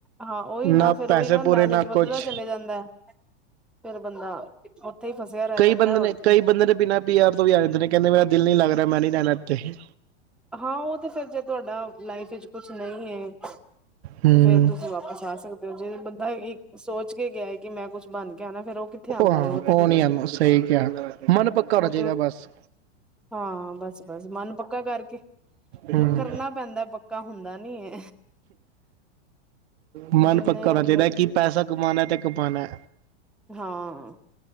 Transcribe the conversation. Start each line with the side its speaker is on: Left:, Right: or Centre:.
Centre: ਹਾਂ ਉਹੀ
Right: ਨਾ
Centre: ਫੇਰ ਉਹੀ
Right: ਪੈਸੇ
Centre: ਲਾਲਚ
Right: ਪੂਰੇ ਨਾ
Centre: ਵੱਧਦਾ
Right: ਕੁਛ
Centre: ਚਲੇ ਜਾਂਦਾ ਫੇਰ ਬੰਦਾ ਉੱਥੇ ਹੀ ਫਸਿਆ ਰਹਿ
Right: ਕਈ
Centre: ਜਾਂਦਾ
Right: ਬੰਦੇ
Centre: ਹੋਰ
Right: ਨੇ
Centre: ਕੀ
Right: ਕਈ ਬੰਦੇ ਦੇ ਬਿਨਾਂ ਯਾਰ ਤੋਂ ਵੀ ਆ ਜਾਂਦੇ ਕਹਿੰਦੇ ਮੇਰਾ ਦਿਲ ਨੀ ਲਗਦਾ ਹਾ ਮੈਂ ਨੀ ਰਹਿਣਾ ਇੱਥੇ,
Centre: ਹਾਂ ਉਹ ਤੇ ਫਿਰ ਜੇ ਤੁਹਾਡਾ ਲਾਈਫ ਵਿੱਚ ਕੁਛ ਨਹੀਂ ਹੈ
Right: ਹੂੰ
Centre: ਤੇ ਫੇਰ ਤੁਸੀਂ ਵਾਪਿਸ ਆ ਸਕਦੇ ਹੋ ਜੇ ਬੰਦਾ ਇੱਕ ਸੋਚ ਕੇ ਗਿਆ। ਕਿ ਮੈਂ ਕੁਛ ਬਣ ਕੇ ਆ ਨਾ ਫੇਿਰ ਉਹ ਕਿੱਥੇ ਆਉਂਦਾ
Right: ਹਾਂ
Centre: ਹੈ ਉਹ ਤੇ ਫਿਰ
Right: ਨੀ ਆਂਦਾ ਸਹੀ ਕਿਹਾ ਮਨ ਪੱਕਾ
Centre: ਉਹ
Right: ਹੋਣਾ ਚਾਹੀਦਾ
Centre: ਤੇ
Right: ਬਸ
Centre: ਹਾਂ ਬਸ ਬਸ ਮਨ ਪੱਕਾ ਕਰਕੇ,
Right: ਹੂੰ
Centre: ਕਰਨਾ ਪੈਂਦਾ ਪੱਕਾ ਹੁੰਦਾ ਨੀ,
Right: ਮਨ
Centre: ਜਿੰਨੇ
Right: ਪੱਕਾ ਹੋਣਾ
Centre: ਆਪਣੇ
Right: ਚਾਹੀਦਾ ਕਿ ਪੈਸਾ ਕਮਾਾਉਣਾ ਤੇ ਕਮਾਉਣਾ
Centre: ਹਾਂ,